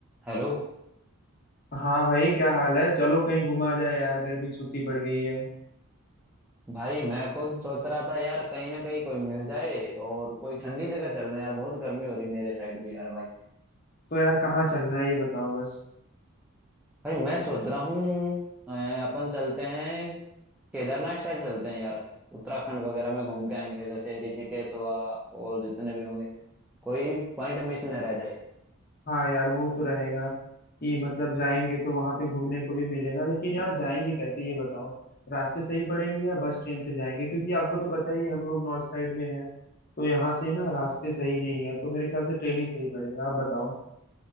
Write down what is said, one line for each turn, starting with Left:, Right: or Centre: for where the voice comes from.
Centre: Hello
Left: हाँ भाई क्या हाल है चलो कहीं घुमा जाए यार गर्मी की छुट्टी पड़ गई है
Centre: भाई मैं खुद सोच रहा था यार कहीं ना कहीं कोई मिल जाए और कोई ठंडी जगह चल रहे हैं यार बहुत गर्मी हो रही मेरे साइड भी यार भाई
Left: तो यार कहाँ चलना है ये बताओ बस
Centre: भाई मैं सोच रहा हूँ अ, अपन चलते हैं केदारनाथ साइड चलते हैं यार उत्तराखंड वगैरह में घूम के आएंगे जैसे ऋषिकेश हुआ और जितने भी होंगे कोई पॉइंट मिस न रह जाए
Left: हाँ यार वो तो रहेगा कि मतलब जाएंगे तो वहां पे घूमने को भी मिलेगा लेकिन यार जाएंगे कैसे ये बताओ रास्ते सही पड़ेंगे या बस ट्रेन से जाएंगे क्योंकि आपको तो पता ही है हम लोग नॉर्थ साइड में हैं तो यहाँ से ना रास्ते सही नहीं है तो मेरे ख्याल से ट्रेन ही सही पड़ेगा आप बताओ